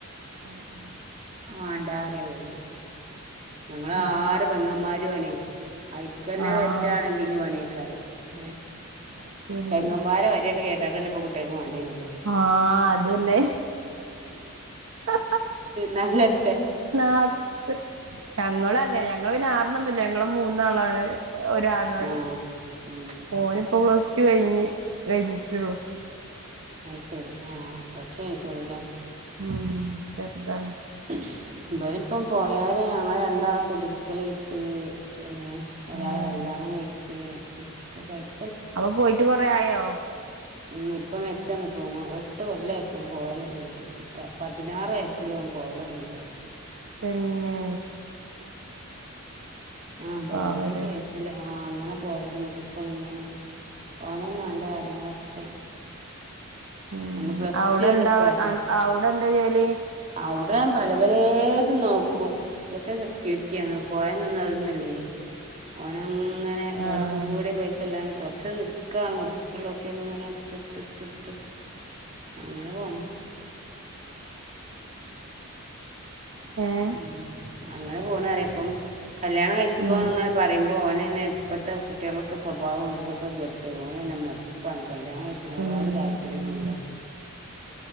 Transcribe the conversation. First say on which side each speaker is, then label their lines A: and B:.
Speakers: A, on the right; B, on the right.
A: ആ ആ
B: മാണ്ട <unintelligible> ഓർ ഞങ്ങൾ
A: ഉം
B: ആറ് പെങ്ങന്മാരു ആണേ ആയിക്കെന്നെ
A: ആഹ്
B: സെറ്റവാണെകിൽ ഇനി പണിയക്കാരം ഏ
A: അത് ശരി
B: പെങ്ങമാരെ വാരിയങ് കേട്ട <unintelligible> പെണ്ണ്കുട്ടികക്ക് വേണ്ടിനു
A: ആഹ അതെന്നെ ഹാ
B: നല്ലരു
A: നാ ക് ഞങ്ങൾ അങ്ങനെ ഞങ്ങള് ആറണ്ണം ഒന്നൂല്ല്യ ഞങ്ങള് മൂന്നാളാണ് ഒരാളങ്ങളി
B: ആഹ് ഉം
A: ഒന് ഇപ്പോ പ്ലസ് ടു കഴിഞ്ഞ് കഴിഞ്ഞിട്ടുള്ളു
B: അ ശരി ആഹ പ്ലസ്‌ ടു കഴിഞ്ഞിട്ട്ഉള്ളുല്ലേ
A: ഉം ചെർതാണ്
B: ന്തായാലും ഇപ്പം പോയരെ ഞങ്ങ രണ്ടാള കുടരിക്കലഴച്ച് ഏ ഒരാള
A: ഏഹ്
B: കല്യാണം കഴിച്ച് <unintelligible>
A: അപ്പൊ പോയിട്ട് കൊറ ആയോ
B: ഉ ഇപ്പം മെസ്സ് <unintelligible> പോയിണ് എട്ട് കൊല്ല ഇപ്പം പോവൻ തുടങ്ങിയിട്ട് ഇരു പതിനാറ് വയസ് <unintelligible>
A: തന്നെ
B: ആഹ പതിനേക്കെ
A: പാവല്ലേ
B: വയസ്സില് ആ അങ്ങനെ പോലടങ്ങിട്ട് ഇപ്പ ഇങ്ങനെ ഓൻ തന്നെ ഓന്റെ കാര്യങ്ങളൊക്കെ
A: ഉം
B: ഒന്ന് പ്ലസ്
A: അവിടെന്താ
B: ടു യാണ്ട് പാസായി
A: അവിടെന്താ ജോലി
B: അവിടെ പല പല ത് നോക്കും ഇതൊക്കെ സെക്യൂരിറ്റിാണ് പോയൊന്ന് ഒന്ന് അത് ഒന്നും അല്ലെനി അങ്ങനെ രസം
A: ആഹ്
B: കൂടി പൈസ ഉള്ളെന് പൊർ കുറച്ച് റിസ്ക്ണ് റിസ്കുകളൊക്കെ എങ്ങനെ എടുത്ത്ടുത്ത്ടുത്ത്ടുത്ത് അങ്ങനെ പോണ്
A: ഏഹ്
B: ഉം അങ്ങനെ പോണ്റിയ അപ്പം കല്യാണം കഴിച്ചിക്കോന്ന്
A: ഉം
B: അങ്ങനെ പറയും ഓനെ തന്നെ ഇപ്പോത്തെ കുട്ടികളൊക്കെ സ്വഭാവം അത് ഇതൊക്കെ കേട്ട് ഓന തന്നെ മടുപ്പാണ് എകല്യാണം കയിച്ണോലോട്
A: ഉം
B: താല്പര്യന്നുല്ല്യ
A: ഉം